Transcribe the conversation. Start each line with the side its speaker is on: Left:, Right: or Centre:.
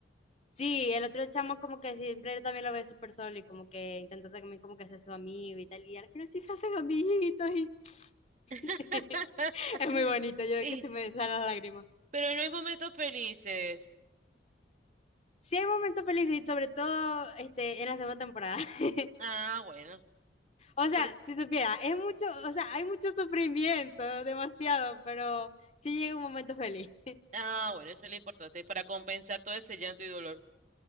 Left: Sí, el otro chamo como que siempre también lo ve súper solo y como que intenta también como que ser su amigo y tal, y al final sí se hacen amiguitos y
Right: <laughs>
Left: <laughs> es muy bonito, yo de
Right: Y-
Left: que se me salen las lágrimas.
Right: Pero no hay momentos felices.
Left: Sí hay momentos felices y sobre todo este, en la segunda temporada. <laughs>
Right: Ah, bueno.
Left: O sea,
Right: Por-
Left: si supiera, es mucho, o sea, hay mucho sufrimiento, demasiado, pero sí llega un momento feliz. <laughs>
Right: ah, bueno, eso es lo importante, para compensar todo ese llanto y dolor.